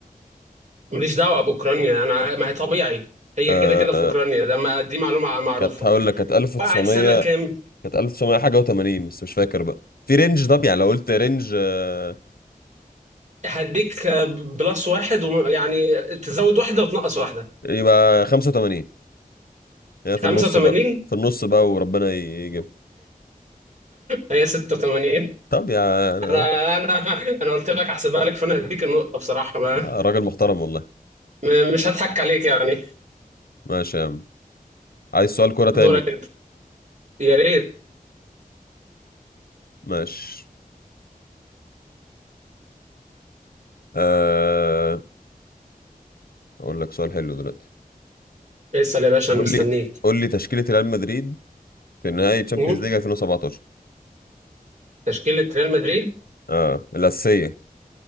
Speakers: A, on the right; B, on the left.
A: ماليش دعوه باوكرانيا انا ع- ما هي طبيعي هي
B: آه.
A: كده كده في
B: آه،
A: اوكرانيا ده ما دي معلومه ع- معروفه
B: كانت هقول لك كانت 1900
A: وقعت سنه كام
B: كانت 1900 حاجة و80 بس مش فاكر بقى في رينج طب يعني لو قلت رينج آه،
A: هديك آه، بلس واحد وم- يعني تزود واحده وتنقص واحده
B: يبقى 85 هي في
A: 85
B: النص بقى في النص بقى وربنا يجيب
A: هي 86
B: طب يا انا
A: انا انا انا قلت لك احسبها لك فانا هديك النقطه بصراحه ما
B: آه، راجل محترم والله
A: م- مش هضحك عليك يعني
B: ماشي يا عم عايز سؤال كرة تاني
A: دورك
B: انت
A: أنت. يا ريت
B: ماشي أه... اقول لك سؤال حلو دلوقتي
A: اسال يا باشا انا
B: قول
A: مستنيك
B: لي قول لي تشكيلة ريال مدريد في نهائي تشامبيونز
A: مم.
B: ليج 2017
A: تشكيله ريال مدريد
B: اه الأساسية